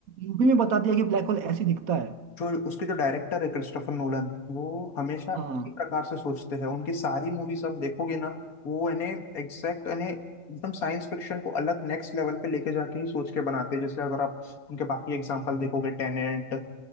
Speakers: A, on the right; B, on the left.
A: मूवी में बता दिया कि ब्लैक होल ऐसे दिखता है
B: जो उसके जो डायरेक्टर है क्रिस्टोफर नोलन वो हमेशा
A: हाँ
B: एक प्रकार से सोचते हैं उनकी सारी मूवीज आप देखोगे ना वो यानी एग्जैक्ट यानी एकदम साइंस फिक्शन को अलग नेक्स्ट लेवल पे लेके जाके ही सोच के बनाते हैं जैसे अगर आप उनके बाकी एग्जांपल देखोगे टेनेंट